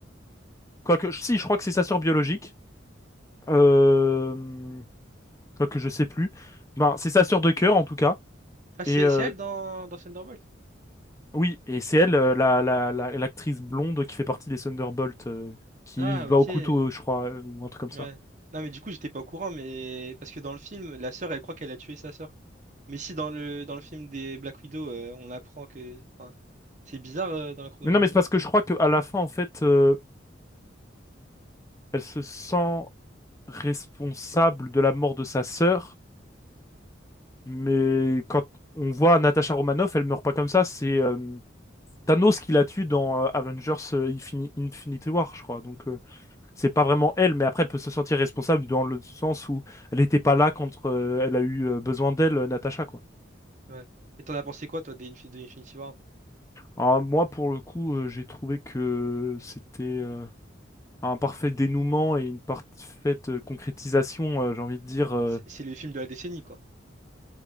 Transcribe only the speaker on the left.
quoique... Si, je crois que c'est sa sœur biologique. Euh... Quoique, je sais plus. Ben, c'est sa sœur de cœur, en tout cas.
Et euh,
oui, et c'est elle, euh, la, la, la- l'actrice blonde qui fait partie des Thunderbolts, euh, qui
va
au couteau,
je crois, euh, ou un truc comme ça.
Mais non, mais c'est
parce que je crois qu'à la fin, en fait, euh, elle se sent responsable de la mort de sa sœur. Mais quand on voit Natasha Romanoff, elle meurt pas comme ça. C'est euh, Thanos qui la tue dans euh, Avengers euh, Infini- Infinity War, je crois. Donc, euh, c'est pas vraiment elle, mais après, elle peut se sentir responsable dans le sens où elle n'était pas là quand euh, elle a eu euh, besoin d'elle, euh, Natasha, quoi.
Alors, moi, pour le coup, euh, j'ai trouvé que c'était euh, un parfait dénouement et une parfaite euh, concrétisation, euh, j'ai envie de dire. euh,